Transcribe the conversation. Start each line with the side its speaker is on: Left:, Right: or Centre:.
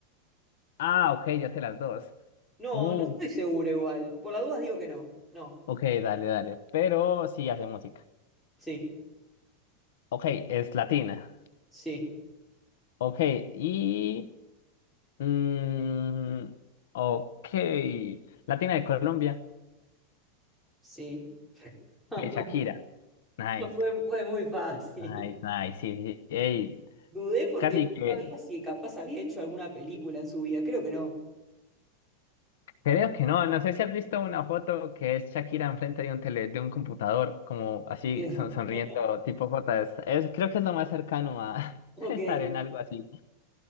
Left: Ah, ok, ya sé las dos.
Centre: No,
Left: Uh,
Centre: no estoy seguro igual. Por las dudas digo que no. No.
Left: ok, dale, dale. Pero sí hace música.
Centre: Sí,
Left: Ok, es latina.
Centre: sí,
Left: Ok, y... mm, ok, Latina de Colombia.
Centre: sí. <laughs>
Left: Ok, Shakira. Nice,
Centre: Fue, fue muy fácil.
Left: nice, nice. Sí, sí. Ey,
Centre: Dudé porque
Left: Casi
Centre: no
Left: que,
Centre: sabía si capaz había hecho alguna película en su vida. Creo que no.
Left: creo que no, no sé si has visto una foto que es Shakira enfrente de un tele, de un computador, como así
Centre: Sí.
Left: son- sonriendo,
Centre: <laughs>
Left: tipo J, es, es- creo que es lo más cercano a
Centre: Ok.
Left: <laughs> estar en algo así.